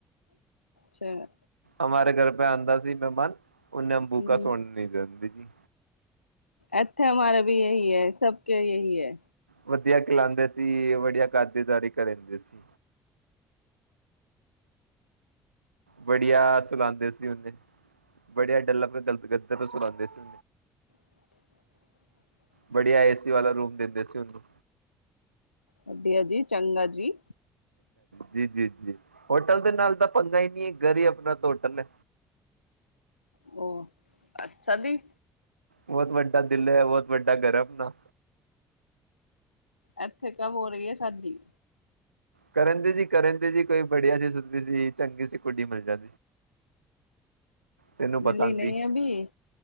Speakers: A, on the left (about 90°); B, on the right (about 85°).
A: ਸਈ ਗੱਲ
B: ਹਮਾਰੇ ਘਰ ਪੇ ਆਦਾ ਸੀ ਮਹਿਮਾਨ, ਉਹਨੇ
A: ਹਮ
B: ਬੂਕਾ ਸੋਣ ਨੀ ਦੇ ਦਿੰਦੀ ਜੀ
A: ਇੱਥੇ ਹਮਾਰਾ ਵੀ ਇਹੀ ਐ ਸਭ ਕੇ ਇਹੀ ਐ।
B: ਵਧੀਆ ਖਿਲਾਦੇ ਸੀ ਵਧੀਆ ਖਾਤਰਦਾਰੀ ਕਰਦੇ ਸੀ। ਵਧੀਆ ਸੁਲਾਦੇ ਸੀ ਉੱਥੇ ਵਧੀਆ ਗੱਲਾਂ ਕਰਦੇ ਕਰਦੇ ਸੁਲਾਦੇ ਸੀ।
A: <inaudible>
B: ਵਡੀਆ ਏਸੀ ਵਾਲਾ ਰੂਮ ਦਿੰਦੇ ਸੀ ਉਹਨੂੰ
A: ਵਧੀਆ ਜੀ ਚੰਗਾ ਜੀ।
B: ਜੀ ਜੀ ਹੋਟਲ ਦੇ ਨਾਲ ਤਾ ਪੰਗਾਂ ਈ ਨੀ ਜੀ ਘਰ ਹੀ ਆਪਣਾ ਹੋਟਲ ਏ।
A: ਉਹ ਅੱਛਾ ਜੀ,
B: ਬਹੁਤ ਵੱਡਾ ਦਿਲ ਐ ਬਹੁਤ ਵੱਡਾ ਘਰ ਐ ਆਪਕਾ,
A: ਇੱਥੇ ਕਬ ਹੋ ਰੀ ਐ ਸਾਦੀ?
B: ਕਰਨ ਦੇ ਜੀ ਕਰਨ ਦੇ ਜੀ ਕੋਈ ਬੜੀਆ ਸੀ ਸੁੱਦੀ ਸੀ ਚੰਗੀ ਸੀ ਕੁੜੀ ਮਿਲ ਜਾਏ। ਤੈਨੂੰ ਬਤਾਂਦੀ,
A: ਮਿਲੀ ਨਹੀਂ ਅਭੀ